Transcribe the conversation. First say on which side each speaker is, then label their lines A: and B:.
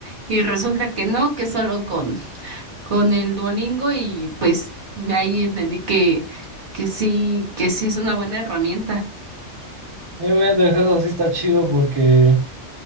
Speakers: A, on the right (about 45°); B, on the right (about 25°).
A: Y resulta que no, que solo con, con el Duolingo y pues ahí entendí que, que sí, que sí es una buena herramienta.
B: Obviamente eso sí está chido porque